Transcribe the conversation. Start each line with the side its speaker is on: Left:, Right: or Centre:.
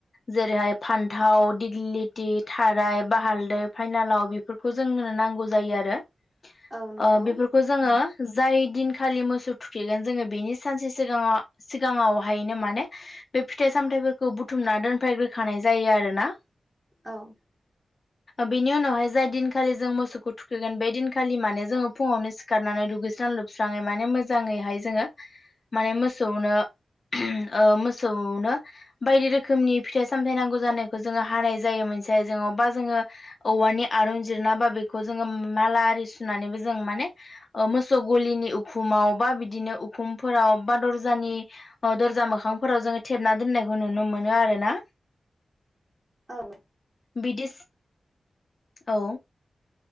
Left: जेरैहाय फान्थाव दिग्लिथि थाराय बा हालदै फाइनालाव बेफोरखौ जोंनो नांगौ जायो आरो
Right: औ नंगौ
Left: ओ बेफोरखौ जोङो जाय दिनखालि मोसौ थुखैगोन जोङो बेनि सानसे सिगाङाव सिगाङावहायनो माने बे फिथाइ सामथायाइफोरखौ बुथुमना दोनफैग्रोखानाय जायो आरोना
Right: औ
Left: बेनि उनावहाय जाय दिनखालि जों मोसौखौ थुखैगोन बे दिनखालि माने जोङो फुङावनो सि खारनानै दुगैस्रां लोबस्राङै माने मोजां ङैहाय जोङो माने मोसौनो <unintelligible> ओ मो मौसौनो बायदि रोखोमनि फिथाइ सामथाइ नांगौ जानायखौ जोङो हानाय जायो मोनसे आयजेङाव बा जोङो औवानि आरुं जिरना बा बेखौ जोङो माला आरि सुनानैबो जों माने मोसौ गलिनि उखुमाव बा बिदिनो उखुमफोराव बा दरजानि दरजा मोखांफोराव जोङो थेबना दोननायखौ नुनो मोनो आरो ना।
Right: औ
Left: बिदिस औ